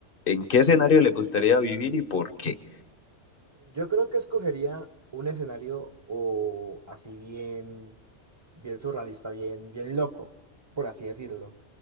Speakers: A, on the left; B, on the right.
A: ¿en qué escenario le gustaría vivir y por qué?
B: Yo creo que escogería un escenario o así bien, bien surrealista, bien, bien loco, por así decirlo.